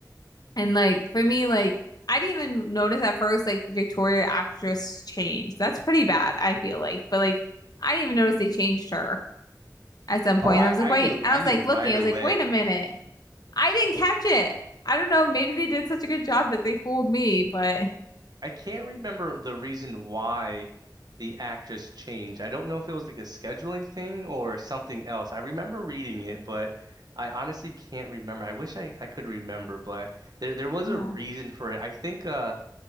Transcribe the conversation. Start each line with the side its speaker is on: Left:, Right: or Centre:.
Left: And like for me, like I didn't even notice at first like Victoria actress changed. That's pretty bad, I feel like. But like I didn't even notice they changed her at some point.
Right: Oh, I
Left: And I was like,
Right: I
Left: wait.
Right: knew
Left: And
Right: I
Left: I was
Right: knew
Left: like
Right: right
Left: looking, I
Right: away.
Left: was like, wait a minute. I didn't catch it. I don't know. Maybe they did such a good job that they fooled me, but
Right: I can't remember the reason why the actress changed. I don't know if it was like a scheduling thing or something else. I remember reading it, but I honestly can't remember. I wish I, I could remember, but there there was
Left: yeah.
Right: a reason for it. I think uh